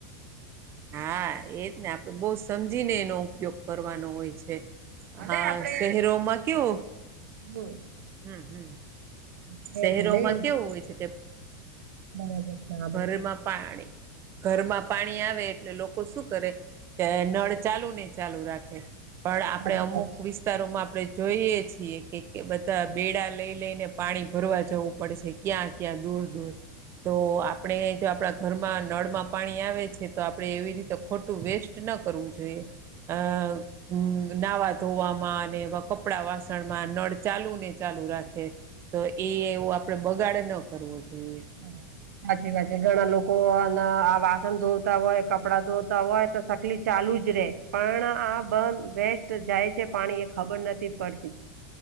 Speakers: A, on the right (about 30°); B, on the right (about 80°).
A: હા એજ ને આપણે બહુ સમજીને એનો ઉપયોગ કરવાનો હોય છે.
B: ભલે
A: હા
B: આપડે
A: શહેરોમાં કેવુ.
B: હમ.
A: હમ હમ.
B: ભલે
A: શહેરોમાં કેવું હોય છે કે
B: <inaudible>
A: ભરે માં પાણી ઘરમાં પાણી આવે એટલે લોકો શું કરે? કે નળ ચાલુ ને ચાલુ રાખે. પણ
B: સાચી
A: આપણે અમુક....
B: વાત છે
A: વિસ્તારોમાં આપણે જોઈએ છીએ. કે બધા બેડા લઈ લઈને પાણી ભરવા જવું પડે છે. ક્યાં, ક્યાં દૂર દૂર તો! આપણે જો આપણા ઘરમાં નળમાં પાણી આવે છે. તો આપણે એવી રીતે વેસ્ટ ન કરવું જોઈએ. અ... હમ નાહવા ધોવામાં અને કપડા વાસણ માં નળ ચાલુ ને ચાલુ રાખે છે. તો એ એવું આપડે બગાડે ન કરવો જોઈએ.
B: હ. સાચી વાત છે ઘણા લોકો આ વાસણ ધોતા હોય કપડાં ધોતા હોય તો સકલી ચાલુ જ રે. પણ આ બંધ વ તો જાય છે પાણી એ ખબર નથી, પડતી